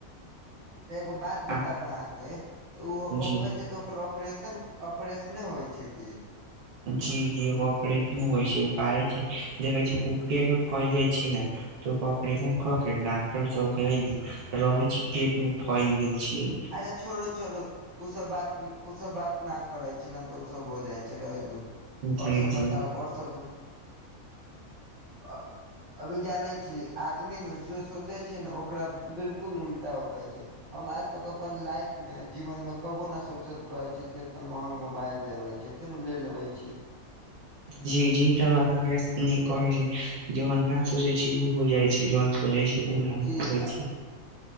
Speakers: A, on the right (about 40°); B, on the right (about 70°).
A: त एगो बात बताउ
B: आ
A: अहाँके, तऽ ओ ओ
B: जी
A: कहै छै त। ओकर ऑपरेशन, ऑपरेशने होइ छै कि।
B: जी-जी ऑपरेशन होइ छै, उपाय छै देखै छी ओ पेट में फैइल जाइ छै ने। त ऑपरेशन कऽ के डॉक्टर सबके है ने, रहै छै पेट में फैइल गेल छी।
A: अच्छा, छोड़ू- छोड़ू। उ सब बात, उ सब बात न करे छी, ने तऽ सब हो जाय छै रहे दू। आओर
B: जी
A: सब
B: जी
A: बताउ, आओर सब। अ अभी जानै छी। आदमी ने जो सोचे छै ने, ओकरा बिल्कुल उल्टा होकै छै। हम आज तक अपन लाइफ में, जीवन में कबोहो न सोचैत रहै छियै कि एतना महग मोबाइल लेबै छियै। फेनु ले लेबै छी।
B: जी-जी इ त बात अहाँ नीक कहै छी, जे बात न सोचै छी ओ हो जाइ छै, जन सोचै छी। ऊ
A: जी
B: ना हो पाबै
A: अ,
B: छै।